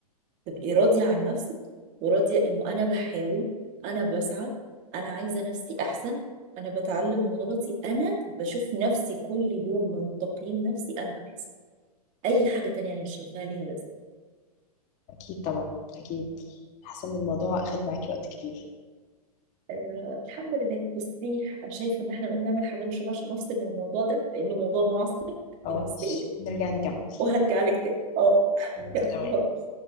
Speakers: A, on the right (about 40°); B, on the left (about 35°).
A: تبقي راضيه عن نفسك وراضيه انه انا بحاول انا بسعى انا عايزه نفسي احسن انا بتعلم من غلطي انا بشوف نفسي كل يوم من تقييم نفسي انا احسن اي حاجه تانية انا مش شايفاها ليها لازمه
B: اكيد طبعا اكيد حاسه ان الموضوع اخد معاكي وقت كبير
A: آه الحمد لله بصي انا شايفه ان احنا نقوم نعمل حاجه نشربها عشان نفصل من الموضوع ده لانه موضوع معصب
B: اه
A: بالنسبه
B: ماشي
A: لي
B: نرجع نكمل
A: وهرجع لك تاني اه <laughs>
B: خلاص
A: يلا
B: تمام
A: باي